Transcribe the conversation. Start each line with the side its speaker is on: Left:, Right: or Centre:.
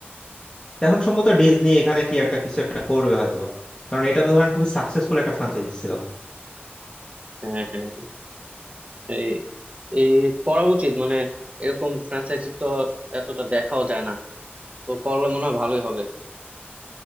Left: এখন সম্ভবত ডিজনি এখানে কি একটা কিছু একটা করবে হয়তোবা কারণ এটা তো ধরেন খুবই সাকসেসফুল একটা ফ্রাঞ্চাইজি ছিল
Right: হ্যাঁ হ্যাঁ হ্যাঁ। এই এই করা উচিত মানে এরকম ফ্র্যাঞ্চাইজি তো এতটা দেখাও যায় না তো করলে মনে হয় ভালোই হবে